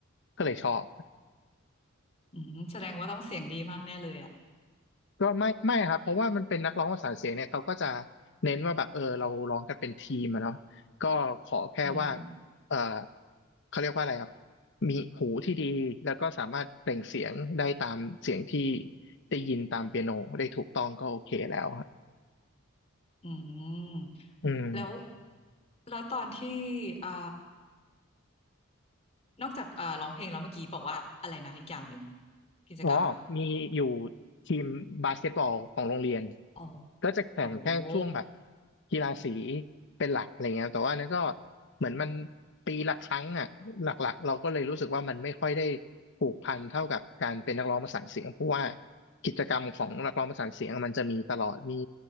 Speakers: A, on the left (about 60°); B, on the left (about 30°).
A: ก็เลยชอบ
B: อืมแสดงว่าต้องเสียงดีมากแน่เลยอ่ะ
A: ก็ไม่ไม่ครับเพราะว่ามันเป็นนักร้องประสานเสียงเนี่ยเขาก็จะเน้นว่าแบบเออเราร้องกันเป็นทีมอะเนาะก็ขอแค่ว่า
B: อืม
A: เออเขาเรียกว่าอะไรครับมีหูที่ดีแล้วก็สามารถเปล่งเสียงได้ตามเสียงที่ได้ยินตามเปียโนได้ถูกต้องก็โอเคแล้วครับ
B: อืมแล้ว
A: อืม
B: แล้วตอนที่อ่านอกจากอ่าร้องเพลงแล้วเมื่อกี้บอกว่าอะไรนะอีกอย่างหนึ่งกิจกรรม
A: อ๋อมีอยู่ทีมบาสเกตบอลของโรงเรียน
B: อ๋อ
A: ก็จะแข่งแค่ช่วงแบบ
B: โอโห
A: กีฬาสีเป็นหลักอะไรเงี้ยแต่ว่านั้นก็เหมือนมันปีละครั้งอ่ะหลักๆเราก็เลยรู้สึกว่ามันไม่ค่อยได้ผูกพันเท่ากับการเป็นนักร้องประสานเสียงเพราะว่ากิจกรรมของนักร้องประสานเสียงมันจะมีตลอดมี